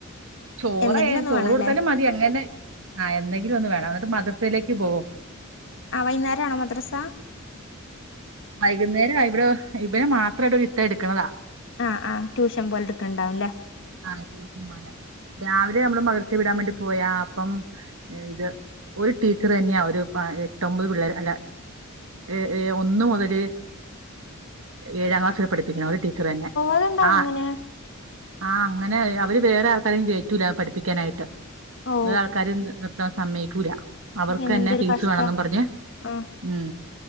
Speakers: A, on the right; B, on the left.
A: ചോറായാ
B: എന്തെങ്കിലും ഒന്ന്
A: ചോറ്
B: വേണല്ലേ
A: കൊട്ത്താലും മതി അങ്ങനെ ആഹ് എന്തെങ്കിലും ഒന്ന് വേണം എന്നിട്ട് മദ്രസയിലേക്ക് പോവും
B: ആ വൈകുന്നേരം ആണോ മദ്രസ
A: വൈകുന്നേരം ഇവിടെ ഇവന് മാത്രായിട്ടരുത്ത എടുക്ക്ണതാ
B: ആ ആഹ് ട്യൂഷൻ പോലെ എടുക്ക്ണ്ടാവും ല്ലേ
A: ആഹ് ട്യൂഷൻ പോലെ രാവിലെ നമ്മള് മദ്രസയിൽ വിടാൻ വേണ്ടി പോയാ അപ്പം ഇത് ഒരു ടീച്ചർ തന്നെയാ ഒരു പ എട്ടൊമ്പത് പിള്ളേർ അല്ല ഏ ഏ ഒന്നു മുതല് ഏഴാം ക്ലാസ്സ് വരെ പഠിപ്പിക്കണോല് ടീച്ചറന്നെ
B: അതെന്താ
A: അ
B: അങ്ങനെ
A: ആ അങ്ങനെ അവര് വേറെ ആൾക്കാരേം കേറ്റൂല്ല പഠിപ്പിക്കാനായിട്ട്
B: ഓ
A: വേറെ ആൾക്കാർ നി സമ്മയ്ക്കൂല്ല അവർക്കന്നെ
B: എന്തൊരു
A: ഫീസ്
B: കഷ്ട
A: വേണെന്നും പറഞ്ഞ്
B: ആഹ്
A: ഉം